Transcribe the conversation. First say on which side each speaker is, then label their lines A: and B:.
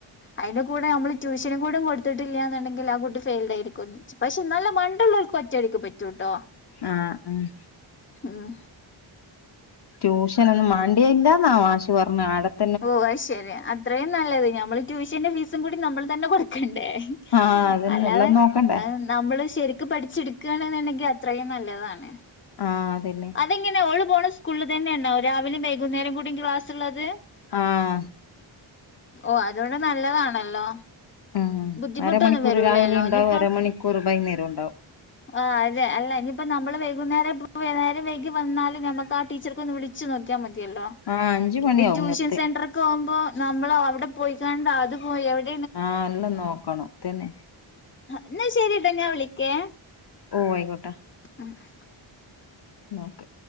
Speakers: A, on the left; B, on the left.
A: അയിനി കൂടെ നമ്മള് ട്യൂഷനും കൂടെ കൊടുത്തിട്ടില്ലാന്ന്ണ്ടെങ്കിൽ ആ കുട്ടി ഫെൽഡ് ആയിരിക്കും. പക്ഷെ നല്ല മണ്ട ഉള്ളോൽക്ക് ഒറ്റടിക്ക് പറ്റൂട്ടോ.
B: ആഹ് ആഹ്
A: ഉം
B: ട്യൂഷനൊന്ന് മാ എന്താ മാശ് പറഞ്ഞെ അടക്
A: ഓ അയ് ശരി അത്രയും നല്ലത്. ഞമ്മള് ട്യൂഷന്റെ ഫീസും കൂടി നമ്മള് തന്നെ കൊടുക്കെണ്ടെ.
B: ആഹ് അതന്നെ
A: അല്ലാതെ
B: എല്ലാം നോക്കണ്ടേ
A: നമ്മള് ശരിക്ക് പഠിച്ചെടുക്ക്യാണ്ന്ന്ണ്ടെങ്കിൽ അത്രയും നല്ലതാണ്.
B: ആ അതന്നെ.
A: അതെങ്ങനെ ഓള് പോണ സ്കൂള് തന്നെ ആണാവ രാവിലും വൈകുന്നേരം കൂടി ക്ലാസ് ഇള്ളത്.
B: ആഹ്
A: ഓ അതോണ്ട് നല്ലതാണല്ലോ
B: ഉം
A: ബുദ്ധിമുട്ടൊന്നും
B: അരമണിക്കൂർ
A: വരൂലല്ലോ
B: രാവിലെ ഇണ്ടാവും
A: ഇനിയിപ്പോ
B: അരമണിക്കൂർ വൈകുന്നേരം ഉണ്ടാവും
A: ആ അതെ അല്ല ഇഞ്പ്പോ നമ്മള് വൈകുന്നേരം <unintelligible> വൈഗി വന്നാലും ഞമക്ക് ആ ടീച്ചർക്ക ഒന്ന് വിളു നോക്ക്യാ മതിയല്ലോ.
B: ആഹ് അഞ്ച് മണിയാവും
A: ഇത് ട്യൂഷൻ
B: ഇങ്ങെത്തെ
A: സെന്റർ കോഉമ്പോ നമ്മള് അവിടെ പോയിക്കാണ്ട് അത് പോയിവി
B: ആഹ് എല്ലാം നോക്കണം തന്നെ
A: ഇന്നാ ശെരിട്ടൊ ഞാൻ വിളിക്കേ.
B: ഓ ആയിക്കോട്ടെ
A: ഉം
B: നോക്ക്